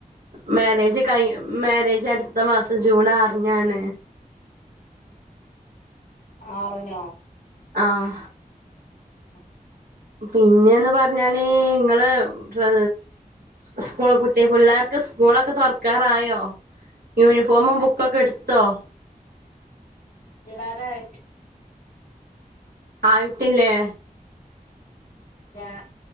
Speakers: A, on the right; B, on the left.
A: മേരേജ് കൈ മേരേജ് അട്ത്ത മാസം ജൂൺ ആർനാണ്
B: ആറ്നോ
A: ആഹ്
B: ആ
A: പിന്നെന്ന് പർഞ്ഞാല് ങ്ങള് ഡ്രെ സ്കൂള് പൂട്ടിയ പിള്ളേർക്ക് സ്കൂളൊക്കെ തൊർക്കാറായോ യൂനി ഫോമും ബുക്കൊക്കെ ഇട്ത്തോ
B: പിള്ളേരായി
A: ആയിട്ടില്ലേ
B: ല്ലാ